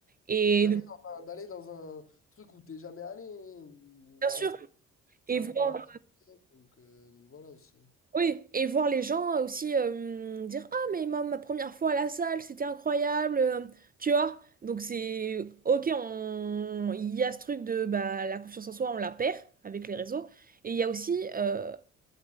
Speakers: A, on the right; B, on the left.
A: Et
B: D'aller
A: de-
B: dans un, d'aller dans un truc où t'es jamais allé, où
A: bien
B: c'est
A: sûr,
B: un, sp- c'est
A: et
B: un
A: voir
B: sport à faire, donc, euh, donc voilà aussi.
A: Oui, et voir les gens aussi euh, dire Ah, mais ma, ma première fois à la salle, c'était incroyable, euh, tu vois. Donc, c'est ok, on... il y a ce truc de bah, la confiance en soi, on la perd avec les réseaux. Et il y a aussi, euh,